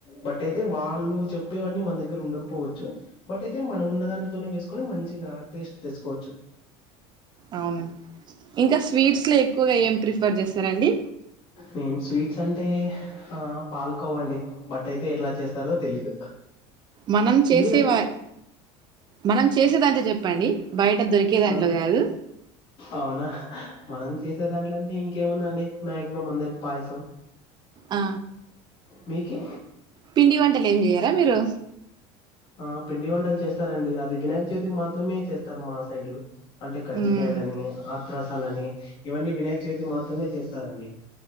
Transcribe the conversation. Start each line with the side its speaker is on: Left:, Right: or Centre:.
Left: బటేక్ తే వాళ్ళు చెప్పేవన్నీ మన దగ్గర ఉండకపోవచ్చు బట్ అయితే మనం ఉన్న దాంట్తోనే వేసుకొని మంచిగా ఈస్ట్ తీసుకోవచ్చు.
Right: అవునండి ఇంకా స్వీట్స్ లో ఎక్కువగా ఏం ప్రిఫర్ చేస్తరండి.
Left: నేను స్వీట్స్ అంటే ఆ పాల్కోవండి బట్ అయితే ఎట్లా చేస్తారో తెలీదు.
Right: మనం చేసేవా
Left: మీరండి?
Right: మనం చేసేదాంట్లో చెప్పండి. బయట దొరికే దాంట్లో
Left: అవునా?
Right: కాదు.
Left: అవునా? మనం చేసే దాంట్లో అంటే ఇంకేముందండి మాక్సిమం అందరికి పాయసం.
Right: ఆ
Left: మీకి
Right: పిండి వంటలు ఏం చేయ్యరా మీరు?
Left: ఆ పిండి వంటలు చేస్తారండి. అది వినాయక చవితికి మాత్రమే చేస్తారు మా సైడు. అంటే కజ్జికాయలని
Right: మ్మ్
Left: అత్రసాలని ఇవన్నీ వినాయక చవితికి మాత్రమే చేస్తారండి.